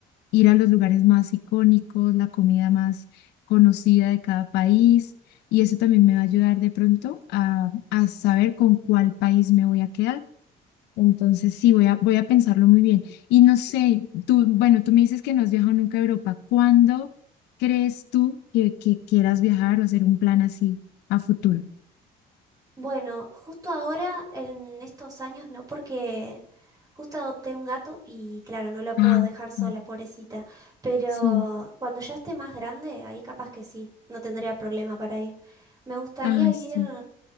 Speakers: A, on the left; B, on the right.
A: ir a los lugares más icónicos, la comida más conocida de cada país. Y eso también me va a ayudar de pronto a, a saber con cuál país me voy a quedar. Entonces, sí, voy a, voy a pensarlo muy bien. Y no sé, tú, bueno, tú me dices que no has viajado nunca a Europa. ¿Cuándo crees tú que, que quieras viajar o hacer un plan así a futuro?
B: Bueno, justo ahora, en estos años, no, porque justo adopté un gato y claro, no lo puedo
A: Ah,
B: dejar sola,
A: ah,
B: pobrecita. Pero
A: sí,
B: cuando ya esté más grande, ahí capaz que sí, no tendría problema para ir. Me gustaría
A: ah,
B: ir
A: sí,